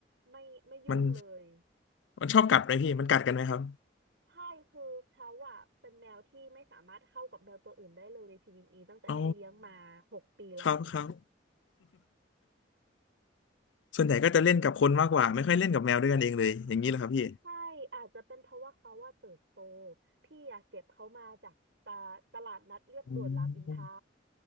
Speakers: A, on the right (about 80°); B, on the left (about 85°).
A: ไม่ไม่ยุ่งเลย
B: มันมันชอบกัดไหมพี่มันกัดกันไหมครับ
A: ใช่คือเขาอะเป็นแมวที่ไม่สามารถเข้ากับแมวตัวอื่นได้เลยในชีวิตนี้ตั้งแต่พี่เลี้ยงมาหกปีแล้วเนี่ย
B: อ๋อครับครับ <laughs> ส่วนใหญ่ก็จะเล่นกับคนมากกว่าไม่ค่อยเล่นกับแมวด้วยกันเองเลยอย่างนี้เหรอครับพี่
A: ใช่อาจจะเป็นเพราะว่าเขาว่าเติบโตพี่อะเก็บเขามาจากตาตลาดนัดเรียบด่วนรามอินทรา
B: อมอ